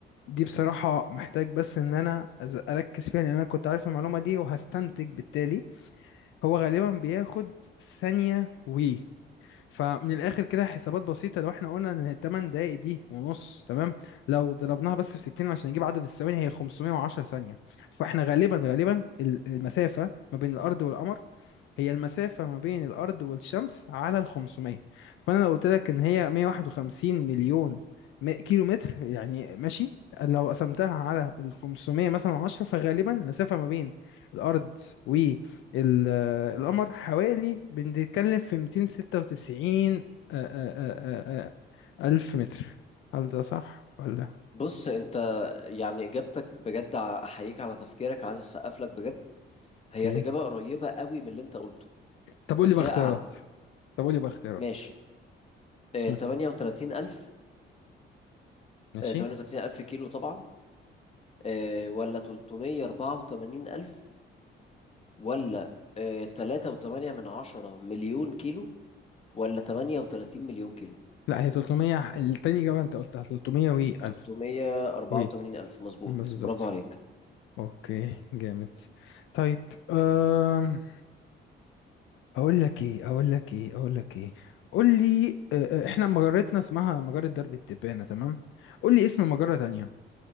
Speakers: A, on the left (about 80°); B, on the left (about 30°).
A: دي بصراحة محتاج بس إن أنا أز- أركز فيها لأن أنا كنت عارف المعلومة دي وهستنتج بالتالي هو غالبا بياخد ثانية و فمن الاخر كده حسابات بسيطه لو احنا قلنا ان الثمان دقائق دي ونص تمام لو ضربناها بس في 60 عشان نجيب عدد الثواني هي 510 ثانيه فاحنا غالبا غالبا ال- المسافه ما بين الارض والقمر هي المسافة ما بين الأرض والشمس على ال 500 فأنا لو قلت لك إن هي 151 مليون م- كيلو متر يعني ماشي لو قسمتها على ال 500 مثلا 10 فغالبا المسافة ما بين الأرض والقمر حوالي بنتكلم في 296 آه، آه، آه، آه، ألف متر هل ده صح ولا؟
B: بص انت يعني اجابتك بجد احييك على تفكيرك عايز اسقف لك بجد هي
A: أوكي
B: الاجابة قريبة قوي من اللي انت قلته
A: طب قول
B: بس
A: لي بقى
B: هي
A: اختيارات
B: اعلى
A: طب قول لي بقى اختيارات
B: ماشي آه
A: مم.
B: 38000
A: ماشي
B: آه 38000 كيلو طبعا آه ولا 384000 ولا آه، تلاتة وتمانية من عشرة مليون كيلو ولا تمانية وتلاتين مليون كيلو
A: لا هي 300 التاني إجابة أنت قلتها 300 و 1000
B: تلتمية أربعة
A: و
B: وتمانين ألف مظبوط
A: بالظبط
B: برافو عليك
A: أوكي جامد طيب أم... أقول لك إيه أقول لك إيه أقول لك إيه قول لي آه، آه، إحنا مجرتنا اسمها مجرة درب التبانة تمام قول لي اسم مجرة تانية